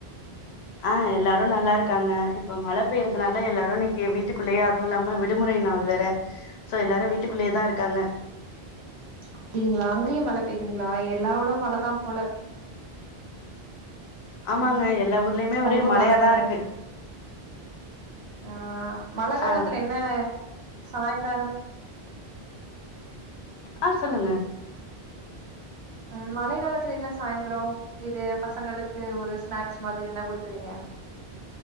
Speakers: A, on the left; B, on the right.
A: ஆ எல்லாரு நல்லா இருக்காங்க இப்ப மழ பெய்யறதுனால எல்லாரு நிக்கி வீட்டுக்குள்ளேயே அதுவு இல்லாம விடுமுறை நாள் வேற சோ எல்லாரு வீட்டுக்குள்ளேயே தா இருக்காங்க
B: அப்டிங்களா அங்கயு மல பெயுதுங்களா எல்லாட மலதா போல
A: ஆமாங்க
B: ம்
A: எல்லா ஊர்லயுமே ஒரே
B: ரொம்ப
A: மலயாதா
B: மழ தானே
A: இருக்கு
B: ஆ மல காலத்துல
A: ஆ
B: என்ன சாய்ந்தாரோ
A: ஆ சொல்லுங்க
B: ம் மழை காலத்துல என்ன சாய்ந்திரோ இது பசங்களுக்கு ஒரு ஸ்நாக்ஸ் மாரி என்ன குடுக்குறீங்க